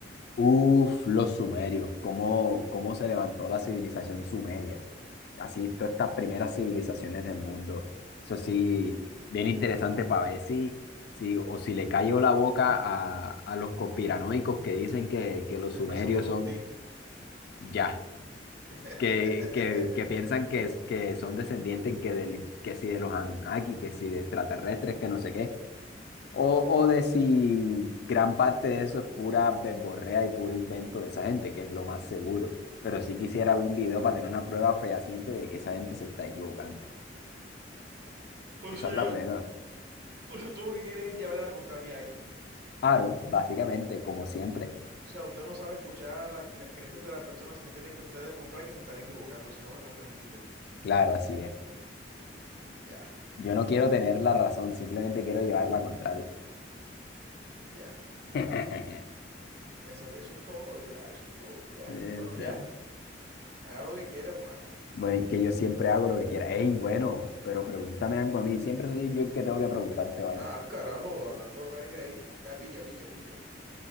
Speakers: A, on the left; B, on the right.
A: Uf, los sumerios, cómo, cómo se levantó la civilización sumeria. Así, todas estas primeras civilizaciones del mundo. Eso sí, bien interesante para ver si, si, o si le cayó la boca a, a los conspiranoicos que dicen que, que los
B: Empezando
A: sumerios
B: por
A: son
B: ti.
A: ya,
B: <laughs>
A: que, que, que piensan que, es- que son descendientes que, del- que si de los Anunnaki, que si de extraterrestres, que no sé qué. O, o de si gran parte de eso es pura verborrea y puro invento de esa gente, que es lo más seguro. Pero sí quisiera ver un video para tener una prueba fehaciente de que esa gente se está equivocando.
B: O
A: Esa
B: sea,
A: es la plena.
B: o sea, tú lo que quieres es llevarle la contraria a alguien.
A: Aaron, básicamente, como siempre.
B: O sea, usted no sabe escuchar las, las creencias de las personas, sino tiene que usted demostrar que se están equivocando, si no, no está tranquilo.
A: Claro, así es.
B: Ya,
A: Yo no quiero tener la razón, simplemente quiero llevar la contraria.
B: ya.
A: <laughs>
B: Esa- eso es todo, ya, eso es todo, ya.
A: Verdad.
B: Bueno, ya. Haga lo que quiera, hermano.
A: Bueno, y que yo siempre hago lo que quiera. Ey, bueno, pero pregúntame algo a mí. Siempre soy yo el que tengo que preguntarte, vaina.
B: Ah, carajo, hablando verga ahí. Ya pilla, pilla, pilla.